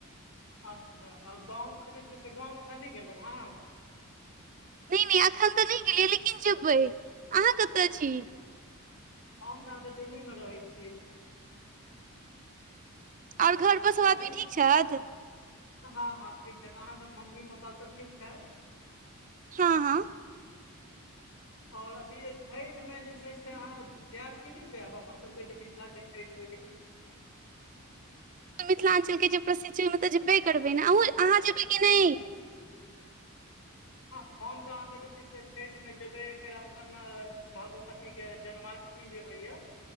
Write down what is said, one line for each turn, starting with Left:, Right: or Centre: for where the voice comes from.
Left: अच्छा आ गाँव केँ जे छै से गाँव अखन नय गेलहुँ हँ
Right: नय नच अखन तऽ नय गेलियै लेकिन जेबै अहाँ कतऽ छी
Left: हम तऽ अहाँ कऽ दिल्ली मऽ रहै छी
Right: आओर घर पर सब
Left: अथी
Right: आदमी ठीक छैथ
Left: हँ हँ ठीक छैथ अहाँ सब मम्मी पपा सभ ठीक छैथ
Right: हँ हँ!
Left: आओर अथी जे छैठमे जे छै से अहाँ जैब की नय जैब अपन सभ केँ जे मिथिलाके छैठ होइ य
Right: त मिथिलाञ्चलके जे प्रसिद्ध छै ओहिमे तऽ जेबे करबै ने अहूँ अहाँ जेबै कि नहि?
Left: ह हम तऽ अहाँके जे छै से छठिमे जेबै फेर अपन भग पटी के जन्माष्टमी जे होइया